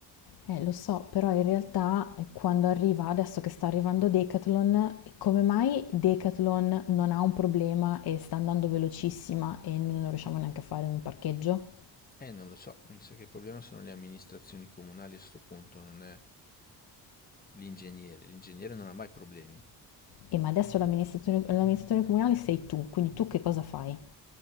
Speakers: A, on the left; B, on the left.
A: Eh, lo so, però in realtà eh, quando arriva, adesso che sta arrivando Decathlon, come mai Decathlon non ha un problema e sta andando velocissima e noi non riusciamo neanche a fare un parcheggio?
B: Eh, non lo so, mi sa che il problema sono le amministrazioni comunali a sto punto, non è l'ingegnere. L'ingegnere non ha mai problemi.
A: E ma adesso l'amministratore, l'amministratore comunale sei tu, quindi tu che cosa fai?